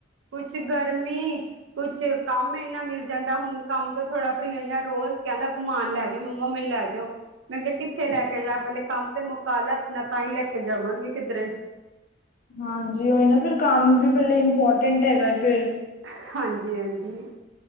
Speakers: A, on the right; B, on the left.
A: ਕੁਛ ਗਰਮੀ ਕੁਛ ਕੰਮ ਏਨਾ ਮਿਲ ਜਾਂਦਾ, ਹੁਨ ਕੰਮ ਤੋਂ ਥੋੜਾ ਫ੍ਰੀ ਹੋਏਆ, ਰੋਜ਼ ਕਹੰਦਾ, ਘੂਮਾਨ ਲੈ ਮੰਮਾ ਮੈਨੂੰ ਲੈਜੋ। ਮੈਂ ਕੈ, ਕਿੱਥੇ ਲੈ ਕੇ ਜਾ? ਪੈਲੇ ਕੰਮ ਤੇ ਮੁਕਾ ਲੈ ਅਪਨਾ, ਤਾਂਈ ਲੈ ਕੇ ਜਾਵਾਂਗੀ ਕਿੱਧਰੇ।
B: ਹਾਂਜੀ, ੳਹੀ ਨਾ, ਫੇਰ ਕੰਮ ਵੀ ਪੈਲੇ ਇੰਪੋਰਟੈਂਟ ਹੈਗਾ ਏ ਫੇਰ
A: ਹਾਂਜੀ ਹਾਂਜੀ।